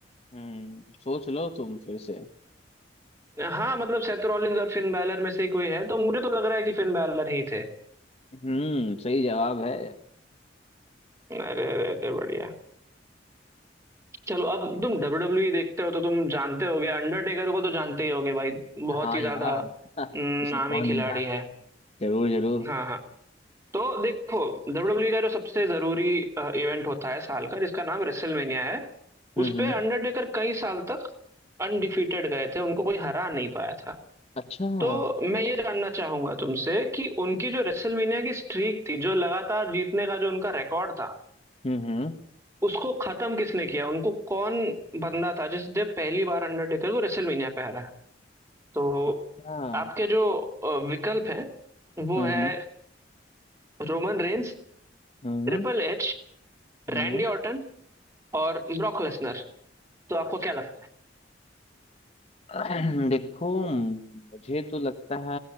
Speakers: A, on the left; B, on the right.
A: हम्म, सोच लो तुम फिर से
B: हाँ मतलब सेथ रॉलिंस और फिन बैलर में से ही कोई है तो मुझे तो लग रहा है कि फिन बैलर ही थे
A: हम्म सही जवाब है
B: अरे अरे अरे बढ़िया चलो अब तुम डब्ल्यू डब्ल्यू देखते हो तो तुम जानते होगे अंडरटेकर को तो जानते ही होगे भाई बहुत
A: हाँ
B: ही ज्यादा
A: यार <laughs>
B: हम्म,
A: उसे
B: नामी
A: कौन नहीं
B: खिलाड़ी
A: जानता
B: है
A: जरूर जरूर
B: हाँ हाँ तो देखो डब्ल्यू डब्ल्यू का जो सबसे जरूरी इवेंट होता है साल का जिसका नाम रेसलमेनिया है
A: हम्म
B: उस पे
A: हम्म
B: अंडरटेकर कई साल तक अनडिफीटेड गए थे उनको कोई हरा नहीं पाया था
A: अच्छा हम्म
B: तो मैं ये जानना चाहूंगा तुमसे कि उनकी जो रेसलमेनिया की स्ट्रीक थी जो लगातार जीतने का जो उनका रिकॉर्ड था
A: हम्म
B: उसको खत्म किसने किया उनको कौन बंदा था जिसने पहली बार अंडरटेकर को रेसलमेनिया पे हराया तो
A: अच्छा
B: आपके जो अ, विकल्प हैं वो
A: हम्म
B: है रोमन रेंस
A: हम्म
B: ट्रिपल एच
A: हम्म।
B: रैंडी ऑर्टन और ब्रॉक लेसनर तो आपको क्या लगता है
A: <clears throat> देखो मुझे तो लगता है